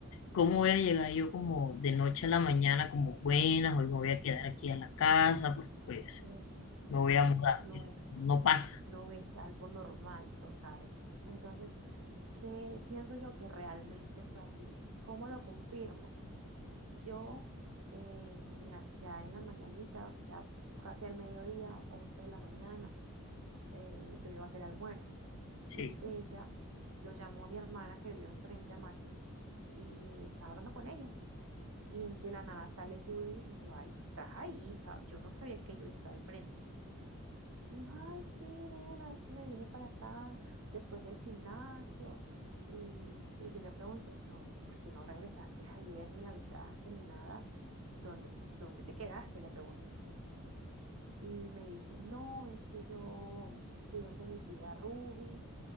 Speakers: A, on the left; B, on the right.
A: ¿Cómo voy a llegar yo como de noche a la mañana, como buenas, hoy me voy a quedar aquí a la casa porque pues
B: Eh,
A: me voy a mudar?
B: no es,
A: No pasa.
B: no es algo normal, total. Entonces, ¿qué pienso yo que realmente fue así? ¿Cómo lo confirmo? Yo eh, en la- ya en la mañanita, ya casi al mediodía, 11 de la mañana, eh, yo iba a hacer almuerzo.
A: Sí,
B: Y ella, yo llamo a mi hermana que vive enfrente a Marjorie y estaba hablando con ella. Y en- de la nada sale Judith y yo, ay, tú estás ahí. O sea, yo no sabía que Judith estaba enfrente. Me dijo, ay, sí, nena, es que me vine para acá después del gimnasio. Y, y yo le pregunto, "Don, ¿por qué no regresaste ayer, ni avisaste, ni nada? ¿Dónde, dónde te quedaste? Le pregunto. Y me dice, no, es que yo fui donde mi tía Ruby